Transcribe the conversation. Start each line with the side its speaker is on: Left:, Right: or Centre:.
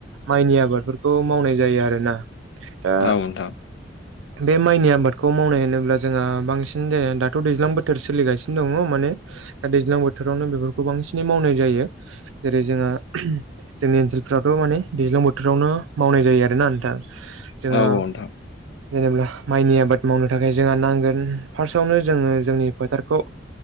Right: माइनि आबादफोरखौ मावनाय जायो आरोना दा
Left: औ नोंथां
Right: बे माइनि आबादखौ मावनाय होनोब्ला जोंहा बांसिन <unintelligible> दाथ' दैज्लां बोथोर सोलिगासिनो दङ म नो दैज्लां बोथोरावनो बेफोरखौ बांसिनै मावनाय जायो जेरै जोंहा <unintelligible> ओनसोलफ्राथ' माने दैज्लां बोथोरावनो मावनाय जायो आरोना नोंथां जोंहा
Left: औ नोंथां
Right: जेनेब्ला माइनि आबाद मावनो थाखाय जोंहा नांगोन फार्स्टआवनो जोङो जोंनि फोथारखौ